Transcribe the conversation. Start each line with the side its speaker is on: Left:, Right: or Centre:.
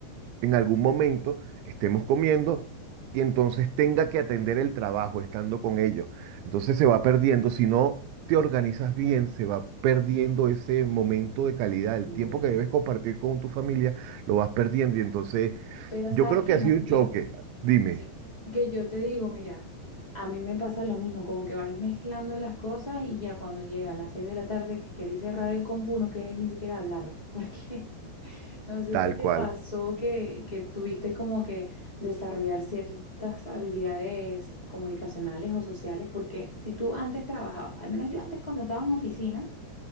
Right: en algún momento estemos comiendo y entonces tenga que atender el trabajo estando con ellos. Entonces se va perdiendo, si no te organizas bien, se va perdiendo ese momento de calidad,
Left: Y-
Right: el tiempo que debes compartir con tu familia, lo vas perdiendo y entonces
Left: pero
Right: yo
Left: sabes
Right: creo
Left: que
Right: que ha
Left: no,
Right: sido
Left: yo,
Right: un choque, dime,
Left: sí, que yo te digo, mira, a mí me pasa lo mismo, como que vais mezclando las cosas y ya cuando llega a las seis de la tarde que queréis cerrar el compu, no queréis ni siquiera hablar, porque <laughs> no sé
Right: tal
Left: si te
Right: cual.
Left: pasó que, que tuviste como que desarrollar ciertas habilidades comunicacionales o sociales, porque si tú antes trabajabas, al menos yo antes cuando estaba en oficina,